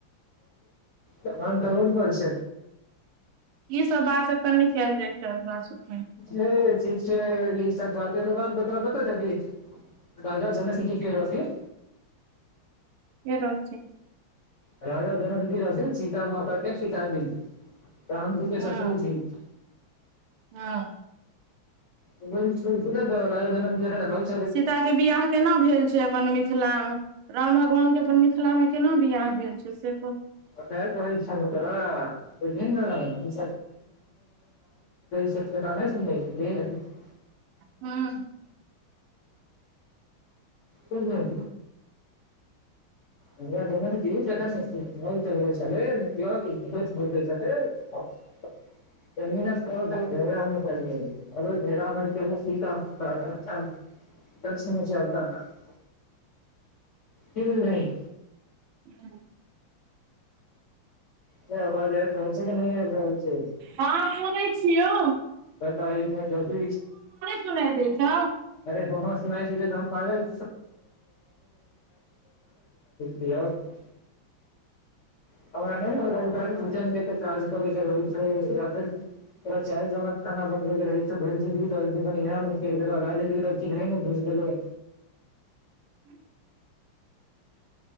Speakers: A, on the left; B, on the right.
A: करड प छै
B: ई सब बात एतऽ नै कएल जाइत छै हमरा स
A: रै ठीक छै ई सब बाते तोरा पता छऽ की राजा जनक जी के रहथिन
B: इर छै।
A: राजा जनकजीर से सीता माता के सीतााबिन्दु ताम जे कस
B: हँ
A: भी <inaudible>
B: हँ
A: ब ने तऽ राजा झाना <inaudible>
B: सीता के बिवाह केना भेल छै अपन मिथिला राम भगवान के अपन मिथिला मे केना बियाह भेल छै से क
A: कत को इ्छा हो तरा त ज सा <unintelligible>
B: हां
A: ह ह राजा जनक जी जखन हल चलबै छलै य ह बदै छथि त त ने <unintelligible> घरो झ म <unintelligible> सीख छै ह रही
B: ह
A: से आवाज आइब रहल छै कि नहि आइब रहल छै
B: हँ सुनै छियौ
A: प तइमे जोस
B: सुनाय द छ
A: अरे तँ सुनै छी जे त हम पागल छियै <unintelligible> <unintelligible> तोरा चाइर जोनक खाना बनबै के रहै छौ भरि जीन्दीगी बन दीह गेल राजनी तऽ चिहै ने घुस गेलो
B: ह